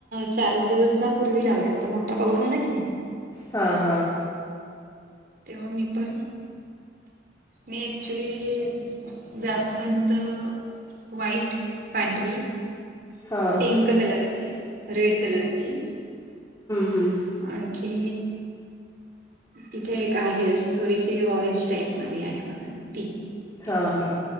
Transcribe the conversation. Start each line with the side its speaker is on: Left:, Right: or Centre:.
Right: चार दिवसा पूर्वी लावल्यात आता मोठा पाऊस झाला की नी.
Left: हा हा
Right: तेव्हा मी पण. मी एक्च्युली जास्वंत व्हाईट.. पांढरी.
Left: हा हम्म
Right: पिंक कलरची, रेड कलरची.
Left: हम्म
Right: आणखी. इथे एक आहे अशी चोरीची ऑरेंज टाईप म आहे बघा. ती
Left: हा हा